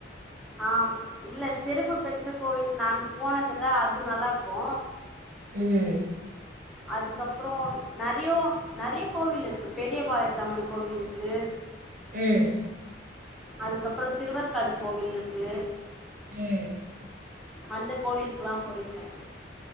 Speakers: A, in the centre; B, on the right.
A: ஆம் இல்ல சிறப்பு பெற்ற கோவில் நான் போனதுல்ல அது நல்லாருக்கு
B: ம்
A: அதுக்கப்றோ நெறையோ நெறையோ கோவில் இருக்கு பெரியபாளையத்தம்மன் கோவில் இருக்கு
B: ம்
A: அதுக்கப்றோ திருவற்காடு கோவில் இருக்கு
B: ம்
A: அந்த கோவிலுக்லா போய்ருக்கே